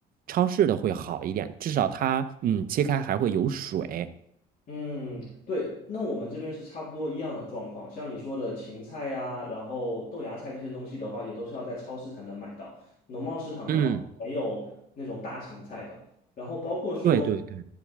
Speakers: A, on the right (about 60°); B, on the left (about 55°).
A: 超市的会好一点，至少它嗯切开还会有水。
B: 嗯，对，那我们这边是差不多一样的状况。像你说的芹菜呀、然后豆芽菜这些东西的话，也都是要在超市才能买到。农贸市场的话，
A: 嗯，
B: 没有那种大芹菜的。然后包括说，
A: 对对对，